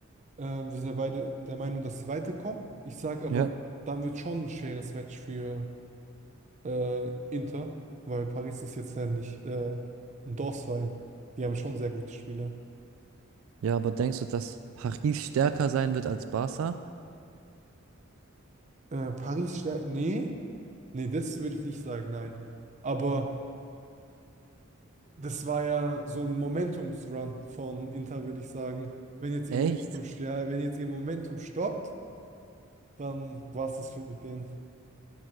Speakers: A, on the right; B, on the right.
A: äh, wir sind ja beide der Meinung, dass sie weiterkommen. Ich sage aber,
B: Ja,
A: dann wird schon ein schweres Match für äh, Inter, weil Paris ist jetzt ja nicht äh, ein Dorfverein. Die haben schon sehr gute Spieler.
B: ja, aber denkst du, dass Paris stärker sein wird als Barca?
A: Äh, Paris stärkt. Nee, nee, das würde ich nicht sagen, nein. Aber das war ja so ein Momentumsrun von Inter, würde ich sagen. Wenn jetzt ihr
B: Echt?
A: Momentum, stär- wenn jetzt ihr Momentum stoppt, dann war es das für- mit denen.